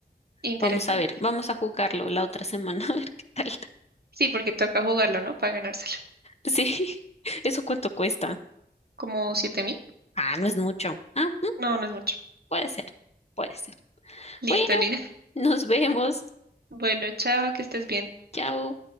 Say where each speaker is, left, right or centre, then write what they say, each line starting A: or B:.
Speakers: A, on the right; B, on the left.
A: Interesante.
B: Vamos a ver, vamos a jugarlo la otra semana, <laughs> a ver qué tal.
A: Sí, porque toca jugarlo, ¿no? Para ganárselo.
B: Sí, <laughs> ¿eso cuánto cuesta?
A: ¿Como siete mil?
B: Ah, no es mucho. Ah, mm,
A: No, no es mucho.
B: puede ser, puede ser.
A: Listo,
B: Bueno,
A: Lina. <laughs>
B: nos vemos.
A: Bueno, chao, que estés bien.
B: Chao.